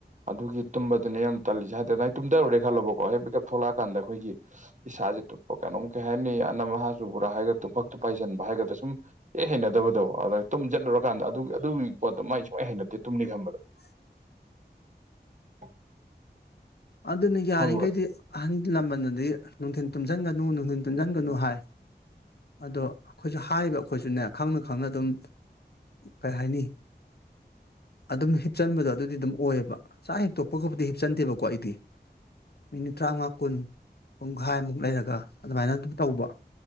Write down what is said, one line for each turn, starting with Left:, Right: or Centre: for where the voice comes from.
Right: ꯑꯗꯨꯒꯤ ꯇꯨꯝꯕꯗꯨꯅꯦ ꯌꯥꯝ ꯇꯜꯂꯤꯖꯦ ꯍꯥꯏꯗꯤ ꯗꯨꯃꯥꯏ ꯇꯨꯝꯗꯔꯨꯔꯦ ꯈꯜꯂꯣꯕꯀꯣ ꯍꯦꯛ ꯃꯤꯀꯞ ꯊꯣꯛꯂꯛꯑꯀꯥꯟꯗ ꯑꯩꯈꯣꯏꯒꯤ ꯏꯁ ꯏꯁꯥꯖꯦ ꯇꯨꯄ ꯀꯩꯅꯣꯝ ꯀꯩ ꯍꯥꯏꯅꯤ ꯑꯅꯝ ꯑꯍꯥ ꯆꯨꯕ꯭ꯔ ꯍꯥꯏꯒ ꯇꯨꯐꯛ ꯇꯨꯄꯥꯏ ꯆꯟꯕ ꯍꯥꯏꯒꯗ꯭ꯔ ꯁꯨꯝ ꯏꯍꯩ ꯍꯩꯅꯗꯕꯗꯣ ꯗ ꯑꯗꯣ ꯇꯨꯝꯖꯜꯂꯨꯔꯀꯥꯟꯗ ꯑꯗꯨꯒꯤ ꯑꯗꯨꯒꯤ ꯄꯣꯠꯇꯣ ꯃꯥꯏ ꯁꯨꯡ ꯍꯩ ꯍꯩꯅꯗꯦ ꯇꯨꯝꯅꯤ ꯈꯟꯕꯗ
Left: <inaudible>
Right: <inaudible>
Left: ꯑꯗꯨꯅ ꯌꯥꯔꯤꯡꯒꯩꯗꯤ
Right: ꯈꯪꯕ꯭ꯔꯥ
Left: ꯑꯍꯟ ꯂꯃꯟꯅꯗꯤ ꯅꯨꯡꯊꯤꯟ ꯇꯨꯝꯖꯟꯒꯅꯨ ꯅꯨꯡꯗꯤꯟ ꯇꯨꯝꯖꯟꯒꯅꯨ ꯍꯥꯏ ꯑꯗꯣ ꯈꯣꯏꯖꯨ ꯍꯥꯏꯔꯤꯕ ꯑꯩꯈꯣꯏꯖꯨꯅꯦ ꯈꯪꯅ ꯈꯪꯅ ꯑꯗꯨꯝ ꯀꯩꯍꯥꯏꯅꯤ ꯑꯗꯨꯝ ꯍꯤꯞꯆꯟꯕꯗꯣ ꯑꯗꯨꯗꯤ ꯑꯗꯨꯝ ꯑꯣꯏꯌꯦꯕ ꯆꯥꯛ ꯍꯦꯛꯇꯣꯛꯄꯒꯕꯨꯗꯤ ꯍꯤꯞꯆꯟꯗꯦꯕꯀꯣ ꯑꯩꯗꯤ ꯃꯤꯅꯤꯠ ꯇꯔꯥꯉ꯭ꯋꯥ ꯀꯨꯟ ꯄꯨꯡꯒꯥꯏꯃꯨꯛ ꯂꯩꯔꯒ ꯑꯗꯨꯃꯥꯏꯅ ꯑꯗꯨꯝ ꯇꯧꯕ